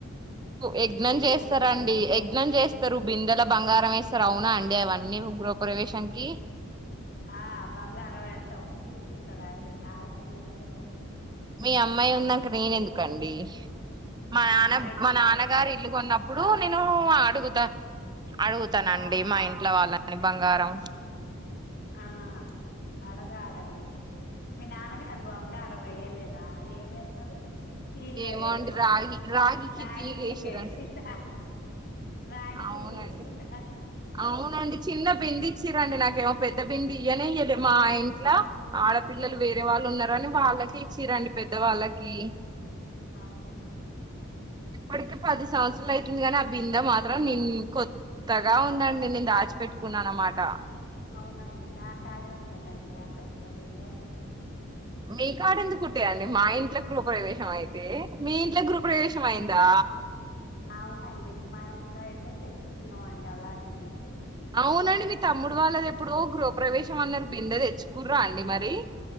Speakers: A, on the right (about 20°); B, on the left (about 50°).
A: యజ్ఞం
B: పెళ్ళిళ్ళలా
A: చేస్తారండి యగ్ యజ్ఞం చేస్తారు బిందెల బంగారం వేస్తారు అవునా అండి అవన్నీ గృహప్రవేశాంకి
B: ఆ బంగారు వేశం తీసుకుంటారా అండి ఆడపిల్లలకే పోతది
A: మీ అమ్మాయి ఉన్నాక నేను ఎందుకండి మా నాన్న
B: అమ్మాయికి
A: మా
B: ఇస్
A: నాన్నగారు ఇల్లు కొన్నప్పుడు నేను అడుగుతా అడుగుతానండి
B: అవు
A: మా ఇంట్లో వాళ్ళ కాని బంగారం
B: ఆ అడగాల అండి మీ నాన్నగారు బంగారం వెయ్యలేదా ఏమి వేస్తారు తీగ
A: ఏమో
B: ఏసుందా
A: అండి రాగి రాగికి
B: రగి
A: తీగేసిరంట
B: తీగ ఇసిండ రాగి
A: అవునండి
B: తీగ ఎసిండా
A: అవునండి చిన్న బింది ఇచ్చరండి నాకు పెద్ద బిందా ఇయనే డియ్యనే లే మా ఇంట్లా ఆడపిల్లలు వేరే వాళ్ళు ఉన్నార అని వాళ్ళకిే ఇచ్చిరండి పెద్ద వాళ్ళకి
B: అవునా
A: ఇప్పటికి పది సంవత్సరాలు అయితుంది కాని ఆ బిందె మాత్రం ని కొత్తగా ఉందండి నేను దాచిపెట్టుకున్నాను అనమాట
B: అవునండి నా కాడే ఉన్నదండి ఆ పెద్ద బింద చిన్న
A: మీ కాడ ఎందుకుంటాయండి మా ఇంట్లో గృహప్రవేశం అయితే మీ ఇంట్లో గృహప్రవేశం అయిందా
B: అవును అండి మా ఇంట్లో అ అంటే తెచ్చుకున్నాాం అండి అలాంటిటి బిందె
A: అవునండి మీ తమ్ముడు వాళ్ళది ఎప్పుడో గృహప ప్రవేశం అన్నారు బిందె తెచ్చుకుర్రా అండి మరి